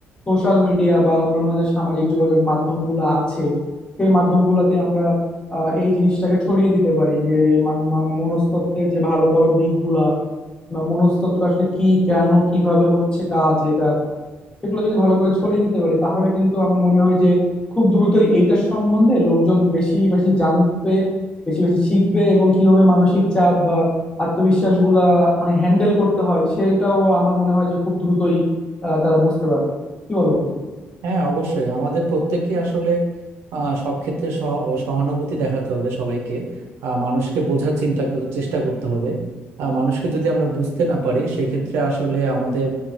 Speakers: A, on the left; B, on the right.
A: সোশ্যাল মিডিয়া বা অন্যান্য যে সামাজিক যোগাযোগ মাধ্যমগুলো আছে সেই মাধ্যমগুলোতে আমরা আহ, এই জিনিসটাকে ছড়িয়ে দিতে পারি যে মান- মান- মনস্তত্ত্বের যে ভালো ভালো দিকগুলা বা মনস্তত্ত্বটা আসলে কি কেন কিভাবে হচ্ছে কাজ এটা সেগুলো যদি ভালো করে ছড়িয়ে দিতে পারি তাহলে কিন্তু আমার মনে হয় যে খুব দ্রুতই এইটার সম্বন্ধে লোকজন বেশি বেশি জানবে বেশি বেশি শিখবে এবং কিভাবে মানসিক চাপ বা আত্মবিশ্বাস গুলা মানে হ্যান্ডেল করতে হয় সেটাও আমার মনে হয় যে খুব দ্রুতই আহ, তারা বুঝতে পারবে কি বলো বন্ধু
B: হ্যাঁ অবশ্যই আমাদের প্রত্যেককে আসলে আহ, সব ক্ষেত্রে সহ- সহানুভূতি দেখাতে হবে সবাইকে আহ, মানুষকে বোঝার চিন্তা করার চেষ্টা করতে হবে আহ, মানুষকে যদি আমরা বুঝতে না পারি সেক্ষেত্রে আসলে আমাদের